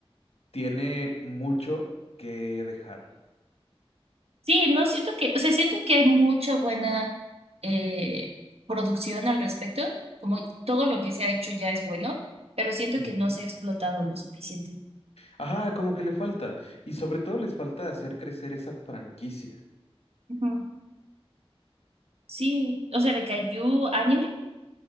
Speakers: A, on the left (about 80°); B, on the right (about 75°).
A: tiene mucho que dejar.
B: Sí, no siento que, o sea, siento que hay mucha buena eh, producción al respecto, como todo lo que se ha hecho ya es bueno, pero siento
A: Ujú.
B: que no se ha explotado lo suficiente.
A: Ajá, como que le falta. Y sobre todo les falta hacer crecer esa franquicia.
B: Ujú. Sí, o sea, de Kaiju anime.